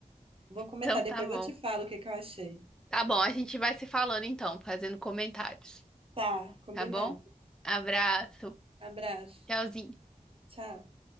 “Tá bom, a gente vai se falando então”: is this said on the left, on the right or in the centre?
Centre